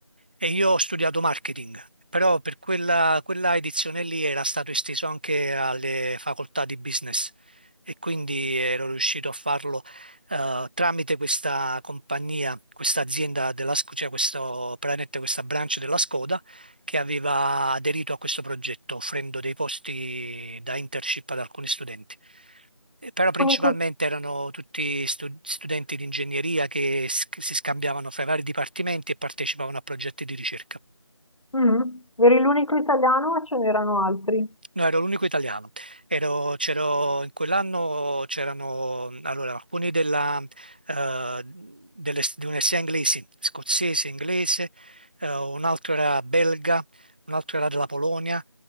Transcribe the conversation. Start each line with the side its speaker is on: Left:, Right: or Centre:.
Right: E io ho studiato marketing, però per quella, quella edizione lì era stato esteso anche alle facoltà di business e quindi ero riuscito a farlo eh, tramite questa compagnia, questa azienda della, Sc- cioè questo, praticamente questa branch della Skoda che aveva aderito a questo progetto offrendo dei posti da internship ad alcuni studenti. Eh, Però principalmente
Left: Unico...
Right: erano tutti stu- studenti di ingegneria che s- che si scambiavano fra i vari dipartimenti e partecipavano a progetti di ricerca.
Left: Mm, Eri l'unico italiano o ce n'erano altri?
Right: No, ero l'unico italiano. Ero- c'ero- in quell'anno c'erano allora, alcuni della, eh, delle- di una sia inglesi, scozzese, inglese, eh, un altro era belga, un altro era della Polonia,